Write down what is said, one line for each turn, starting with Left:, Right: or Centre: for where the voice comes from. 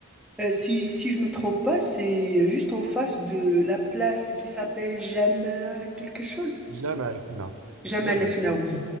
Centre: Euh, si, si je me trompe pas, c'est juste en face de la place qui s'appelle Jamal quelque chose.
Right: Jamais el Fna.
Centre: Jamal
Right: Jamais
Centre: el
Right: el
Centre: Fnaoui.
Right: Fna.